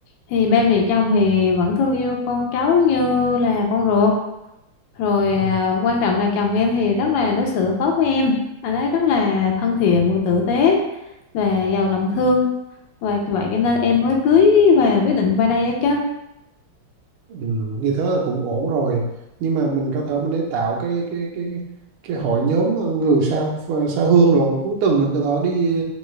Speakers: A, on the left (about 70°); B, on the right (about 80°).
A: thì ba mẹ chồng thì vẫn thương yêu con cháu như là con ruột rồi
B: ờ,
A: à, quan trọng là chồng em thì rất là đối xử tốt với em anh ấy rất là thân thiện và tử tế và giàu lòng thương và vậy cho nên em mới cưới và quyết định qua đây ấy chứ
B: ừ, như thế là cũng ổn rồi nhưng mà mình có thể mình để tạo cái cái cái cái cái hội nhóm ờ, người sao sao hương rồi cuối tuần mình có thể đi,